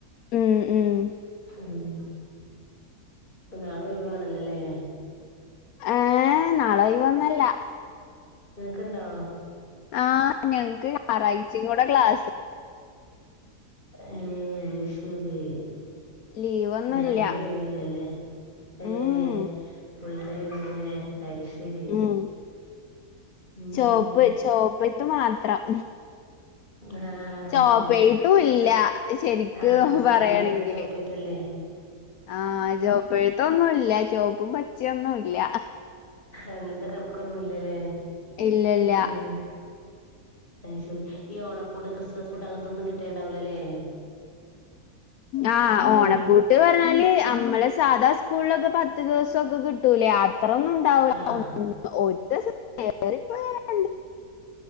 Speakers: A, on the left (about 70°); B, on the left (about 30°).
A: ഉം ഉം
B: ഉം ഇപ്പൊ നാളെ ഒയിവാണല്ലോല്ലേ
A: ഏഹ് നാള ഒയിവൊന്നല്ല
B: നിങ്ങക്ണ്ടോ
A: ആഹ് ഞങ്ങക്ക് ഞറാഴ്ച കൂടെ ക്ലാസ്
B: ഏഹ് അയ് ശരി
A: ലീവൊന്നുല്ല
B: ഞായറ് ഒയിവില്ലല്ലേ ഏഹ്
A: ഉം
B: ഫുൾ ഡെ ഉണ്ട് ലെ അയ് ശരി
A: ഉം
B: ഉം
A: ചോപ്പ്
B: ഉം
A: ചോപ്പത്ത് മാത്രം
B: ആഹ് അഹ്
A: ചോപ്പെഴുത്തും
B: ശരി അപ്പൊ
A: ഇല്ല ശരിക്ക്
B: ആ സൺഡേ
A: പറയാണെങ്കില്
B: ഒക്കെ ചോപ്പ്ത്തെല്ലേ
A: ആഹ് ചുവപ്പത്തൊന്നുല്ല ചുവപ്പും പച്ചിയൊന്നുല്ല
B: അങ്ങനത്തെ കണക്കൊന്നുംല്ലല്ലേ
A: ഇല്ലല്ല
B: ഉം ഉം അഹ് ശരി ഈ ഓണപൂട്ട് ക്രിസ്മസ് പൂട്ട് അങ്ങനത്തെന്നും കിട്ടേണ്ടാവില്ല ല്ലേ
A: ആഹ്
B: ഇങ്ങനെ
A: ഓണ പൂ ട്ട് പറഞ്ഞാല് നമ്മളെ സാധാ സ്കൂളിലൊക്കെ പത്ത് ദിവസൊ ക്കെ കിട്ടൂല അത്രന്നും
B: ആഹ്
A: <unintelligible> <unintelligible>